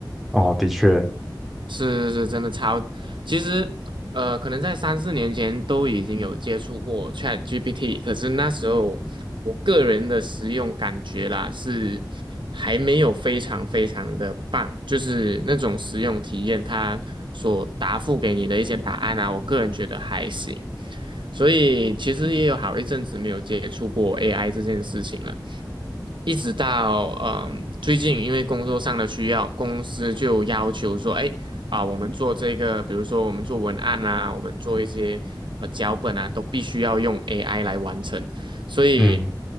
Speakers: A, in the centre; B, on the right.
A: 哦，的确，
B: 是是真的超，其实呃，可能在三四年前都已经有接触过 ChatGPT，可是那时候我个人的使用感觉啦，是还没有非常非常的棒，就是那种使用体验，它所答复给你的一些答案啊，我个人觉得还行，所以其实也有好一阵子没有接触过 AI 这件事情了。一直到嗯最近，因为工作上的需要，公司就要求说，哎。啊、我们做这个，比如说我们做文案啊，我们做一些呃脚本啊，都必须要用 AI 来完成，所以
A: 嗯，